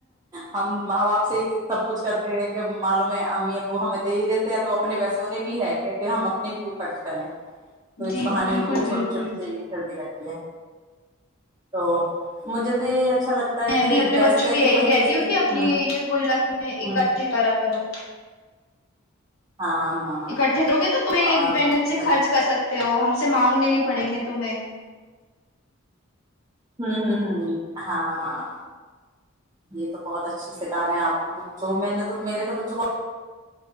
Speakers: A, on the right (about 20°); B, on the left (about 75°).
A: ہم ماں باپ سے کہ سب کچھ کرتے ہیں کہ معلوم ہے امی ابو ہمیں دے ہی دیتے ہیں تو اپنے ویسے انہیں بھی ہے کیسے ہم اپنے کیوں خرچ کریں تو اس
B: جی
A: بہا
B: بالکل
A: نے ان کی بھی
B: بالکل
A: چھوٹی چھوٹی سیون ہوتی ہے تو مجھے تو یہی اچھا لگتا ہے
B: میں
A: کہ
B: بھی اپنے
A: بیسٹ
B: بچوں
A: ہے
B: کو
A: کہ
B: ی
A: بھائی کسی
B: جو کہ اپنی
A: ہ
B: یہ گلگ میں اکٹھے
A: ہ
B: پیرا کرو
A: ہاں ہاں
B: اکٹھے دو گے تو ایک
A: اور
B: دم سے
A: لگا
B: خرچ کرتے ہیں تو ہم سے مانگ میں نہیں پڑیں گے تمہیں
A: <unintelligible> ہاں ہاں یہ تو بہت اچھی سکھا رہے ہیں اپ تو میں نے تو میرے <unintelligible>